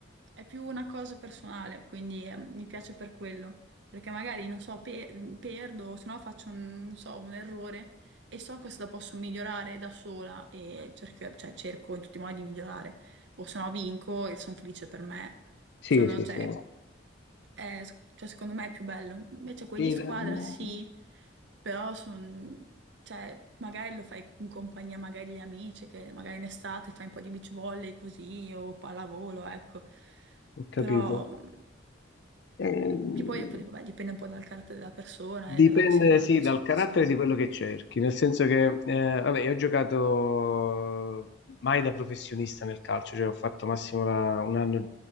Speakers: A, on the right (about 65°); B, on the left (about 60°).
A: è più una cosa personale, quindi eh, mi piace per quello, perché magari non so, pe- perdo, o se no faccio un, non so, un errore e so cosa posso migliorare da sola e cerco, cioè, cerco in tutti i modi di migliorare, o se no vinco e sono felice per me
B: sì,
A: sono,
B: sì,
A: cioè,
B: sì.
A: è- cioè, secondo me è più bello. Invece quelli
B: Sì,
A: di squadra
B: mm,
A: sì, però sono, cioè, magari lo fai in compagnia magari degli amici, che magari in estate fai un po' di beach volley così o pallavolo, ecco.
B: ho capito.
A: Però mh,
B: Ehm,
A: che poi, poi, vabbè, dipende un po' dal carattere della persona
B: Dipende,
A: e della, sì, della
B: sì,
A: persona
B: dal carattere
A: in sé.
B: di quello che cerchi, nel senso che, eh, vabbè, io ho giocato mai da professionista nel calcio, cioè ho fatto massimo la- un anno,